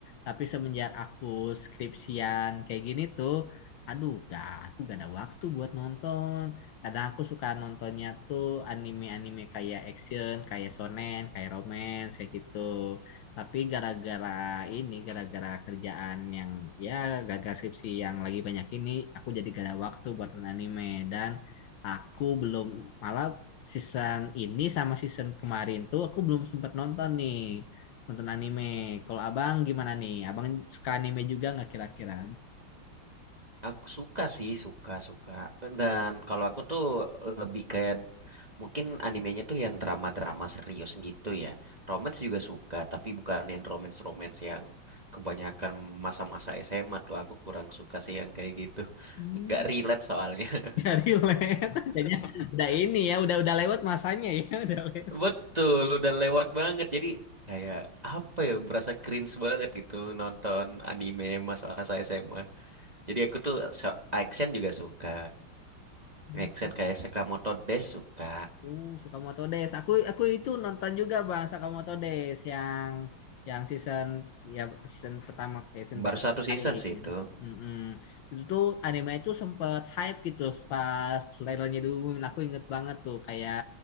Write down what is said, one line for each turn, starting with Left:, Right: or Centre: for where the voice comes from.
Left: Tapi semenjak aku skripsian kayak gini tuh, aduh, gak, aku gak ada waktu buat nonton. Kadang aku suka nontonnya tuh anime-anime kayak action, kayak shonen, kayak romance, kayak gitu. Tapi gara-gara ini, gara-gara kerjaan yang ya gagal skripsi yang lagi banyak ini, aku jadi gak ada waktu buat nonton anime. Dan aku belum, malah season ini sama season kemarin tuh aku belum sempat nonton nih. Nonton anime. Kalau abang gimana nih? Abang suka anime juga nggak kira-kira?
Right: Aku suka sih, suka-suka. Dan kalau aku tuh lebih kayak mungkin animenya tuh yang drama-drama serius gitu ya. Romance juga suka, tapi bukan yang romance-romance yang kebanyakan masa-masa SMA tuh. Aku kurang suka sih yang kayak gitu.
Left: Hmm.
Right: Nggak relate soalnya. <laughs>
Left: Dari led. <laughs> udah ini ya, udah udah lewat masanya ya, udah lewat.
Right: Betul, udah lewat banget. Jadi kayak apa ya, berasa cringe banget gitu nonton anime masa-masa SMA. Jadi aku tuh so- action juga suka.
Left: Hmm.
Right: Action kayak Sakamoto Days suka.
Left: Uh, Sakamoto Days. Aku aku itu nonton juga Bang Sakamoto Days yang yang season ya season pertama kayak season
Right: Baru
Left: pertama
Right: satu
Left: kemarin.
Right: season sih itu.
Left: Mm-mm. Itu tuh anime itu sempet hype gitu pas trailernya dulu. Aku inget banget tuh kayak